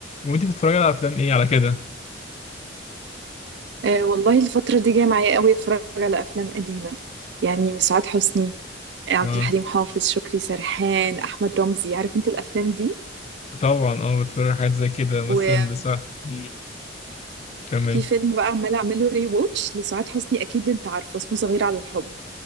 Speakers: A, on the left; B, on the right.
A: وانت بتتفرجي على افلام ايه على كده
B: أه والله الفترة دي جاية معايا قوي اتفرج على أفلام قديمة يعني سعاد حسني آه، عبد
A: اه
B: الحليم حافظ شكري سرحان أحمد رمزي عارف انت الأفلام دي
A: طبعا اه بتتفرج على حاجات زي كده مثلا
B: وفي
A: صح مم. كمل
B: فيلم بقى عمالة أعمله ري ووتش لسعاد حسني أكيد انت عارفه اسمه صغير على الحب